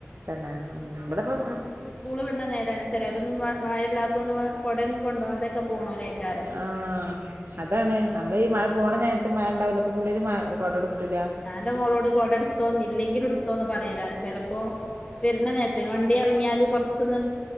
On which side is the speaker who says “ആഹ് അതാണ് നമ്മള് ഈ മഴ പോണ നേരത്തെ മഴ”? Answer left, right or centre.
Right